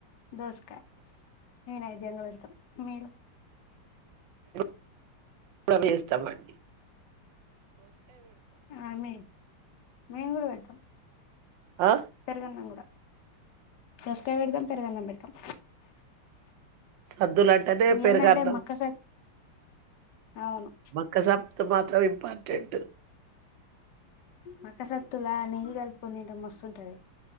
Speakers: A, on the left (about 60°); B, on the right (about 65°).
A: దోస నేను ఐదంగా పెడతాను మీరు
B: <inaudible> ప్ర వేస్తామండి
A: ఆ మేము కూడా పెతం
B: ఆ
A: పెరుగన్నాం కూడా దోసకాయ పెడదాం పెరుగన్నం పెడతాం
B: సద్దులు అంటేనే పెరుగన్నాం
A: ఏందంటే మక్క సత్ అవును
B: మక్కస మాత్రం ఇంపార్టెంట్
A: మక్కసత్తుల నెయ్యి గలుపూకుంటే మస్తు వస్తుంటుది.